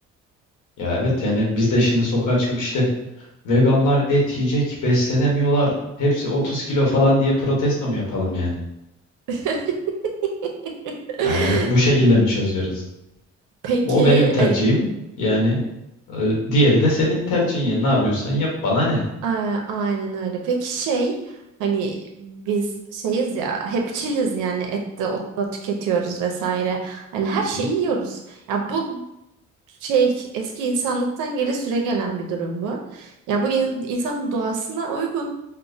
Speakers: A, on the left; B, on the right.
A: Ya evet yani biz de şimdi sokağa çıkıp işte veganlar et yiyecek beslenemiyorlar. Hepsi 30 kilo falan diye protesto mu yapalım yani?
B: <laughs>
A: Hani bu şekilde mi çözüyoruz?
B: Peki
A: Bu o benim tercihim.
B: hani
A: Yani e, diğeri de senin tercihin ya. Ne yapıyorsan yap bana ne?
B: a- aynen öyle. Peki şey hani biz şeyiz ya hepçiliz yani et de ot da tüketiyoruz vesaire. Hani her şeyi
A: Hı.
B: yiyoruz. Ya bu şey eski insanlıktan geri süregelen bir durum bu. Ya bu in- insanın doğasına uygun.